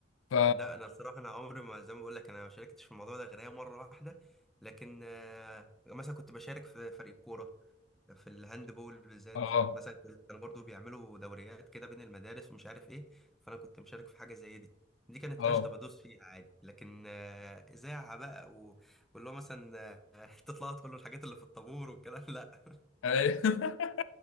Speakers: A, on the left; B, in the centre.
A: ف
B: لا انا الصراحه انا عمري ما زي ما بقول لك انا ما شاركتش في الموضوع ده غير هي مره واحده لكن آه، مثلا كنت بشارك في فريق كوره في الهاند بول بالذات
A: اه
B: مثلا كنت- كانوا برضو بيعملوا دوريات كده بين المدارس ومش عارف ايه فانا كنت مشارك في حاجه زي دي دي كانت
A: اه
B: قشطه بدوس فيها عادي لكن آه، اذاعه بقى و- واللي هو مثلا آه، <laughs> تطلع تقول له الحاجات اللي في الطابور والكلام <laughs> لا
A: أيوه. <laughs>